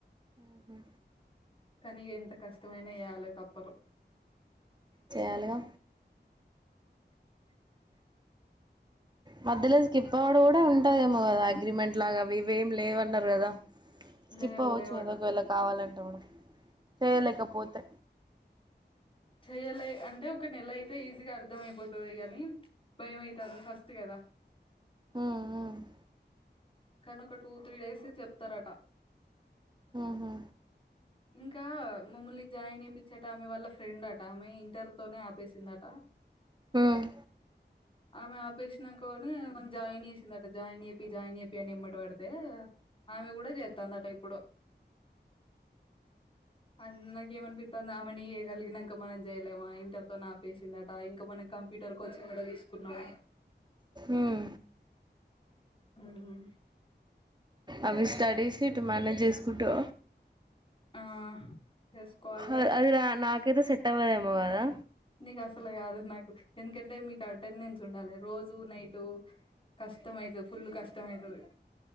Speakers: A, on the right (about 25°); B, on the left (about 30°).
A: ఆహా
B: కానీ ఎంత కష్టమైనా ఏయ్యాలి తప్పదు
A: చెయ్యాలి గా మధ్యలో స్కిప్ అవుడు కూడా ఉంటాదేమో కదా
B: ఆ
A: అగ్రిమెంట్ లాగా అవి ఇవేమి లేవన్నారు కదా స్కిప్
B: లేవు
A: అవ్వచ్చు
B: లేవట
A: కదా ఒకవేళ కావాలంటే మనం చేయలేకపోతే
B: చెయ్యాలే అంటే ఒక నెల అయితే ఈజీగా అర్థం అయిపోతది గాని భయం అయితాంది ఫస్ట్ కదా
A: ఉమ్ ఉమ్
B: కానీ ఒక టూ త్రీ డేసె చెప్తారట
A: ఉమ్ హూ
B: ఇంకా మమ్మల్ని జాయిన్ చేపిచ్చేటామె వాళ్ల ఫ్రెండ్ అట ఆమె ఇంటర్ తోనే ఆపేసిందట
A: ఉమ్
B: ఆమె ఆపేసినంక కూడ ఆమెను జాయిన్ చేసిందిట జాయిన్ చేపియి జాయిన్ చే అని ఎమ్మటి పడితే ఆమె కూడా చేస్తాందట ఇప్పుడు ఆ నాకేమ్ అనిపిత్తాంది ఆమెనే చేయగలిగినంక మనం చేయలేమ ఇంట ర్ తోన ఆపేసిందట ఇంకా మనం కంప్యూటర్ కోచింగ్ కూడా తీసుకున్నాం
A: ఉమ్
B: ఉమ్
A: అవి స్టడీస్ ఇటు మానేజ్ చేసుకుంటా
B: ఆ చేసుకోవాలిగా
A: అద్ అది నాకైతే సెట్ అవ్వదేమో కదా
B: నీకు అసలు కాదు నాకు ఎందుకంటే మీకు అటెండెన్స్ ఉండాలి రోజు నైటు కష్టం అయితది ఫుల్ కష్టం అయితది